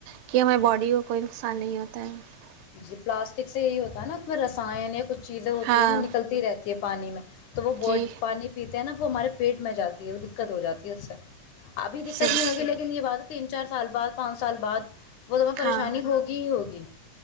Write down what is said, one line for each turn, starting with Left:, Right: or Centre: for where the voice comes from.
Right: کہ ہماراری باڈی
Left: جی
Right: کو کوئی نقصان نہیں ہوتا ت <unintelligible>
Left: جی پلاسٹک سے یہی ہوتا ہے نا اپنا رسان ایک کچھ چیزیں ہوتی
Right: ہاں
Left: ہیں وہ نکلتی رہتی ہے پانی میں تو وہ ب
Right: جی
Left: پانی پیتے تو نا وہ ہمارے پیٹ میں جاتی ہے وہ دقت ہو جاتی ہے اس سے ابھی دقت
Right: صرف
Left: نہیں ہوگی لیکن یہ بات تین چار سال بعد پانچ سال بعد وہ تو میںہ پریشانی
Right: ہاں
Left: ہوگی ہی ہوگی